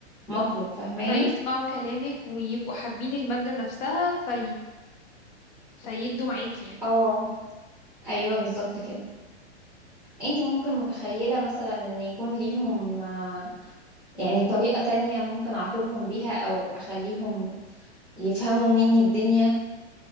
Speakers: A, in the centre; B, on the left (about 40°).
A: مطلب فاهماني
B: فيسمعوا كلامك ويبقوا حابين المادة نفسها في فيدوا معاكي يعني
A: اه ايوه بالظبط كده انت ممكن متخيلة مثلا ان يكون ليهم آه، يعني طريقة تانية ممكن اعاقبهم بيها او اخليهم يفهموا مني الدنيا